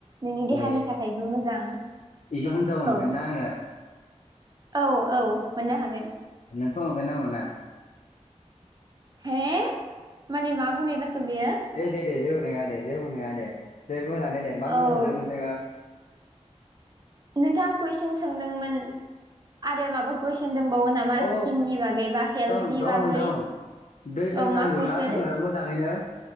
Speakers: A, on the right; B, on the left.
A: नोंनि देहानि
B: ए
A: थाखायबो मोजां
B: बिदि हिनजाव मोनगोन
A: औ
B: ना आङो
A: औ औ मोननो हागोन
B: <unintelligible>
A: हे माने मा बुंनाय जाखो बेयो
B: ए दे दे जेबो नोङा दे जेबो नङा दे दे बुंलांदो दे मा बुंबाय
A: औ
B: थादों नोंथाङा
A: नोंथाङा कुइसन सोंदोंमोन आरो माबा कुइसन होनदोंबावो नामा
B: औ
A: स्किननि बागै बा हेल्थनि
B: दं दं
A: बागै
B: दं दै लोंनांगौना
A: औ मा कुइसन
B: जोङो मोजाङैनो